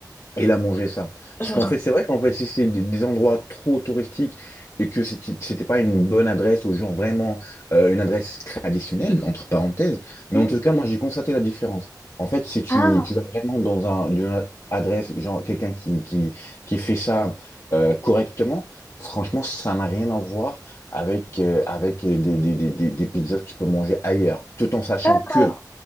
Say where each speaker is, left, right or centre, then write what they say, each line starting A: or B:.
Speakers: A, on the left; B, on the left.
A: Et là, manger ça.
B: Je
A: Parce qu'en
B: me rappelle.
A: fait, c'est vrai qu'en fait, si c'est des des endroits trop touristiques et que c'était c'était pas une bonne adresse aux gens, vraiment euh, une adresse traditionnelle, entre parenthèses, mais
B: Mhm.
A: en tout cas, moi, j'ai constaté la différence. En fait, si tu,
B: Ah,
A: tu vas vraiment dans un, une a- adresse, genre quelqu'un qui, qui, qui fait ça euh, correctement, franchement, ça n'a rien à voir avec, euh, avec des, des, des, des des pizzas que tu peux manger ailleurs, tout en sachant
B: d'accord.
A: que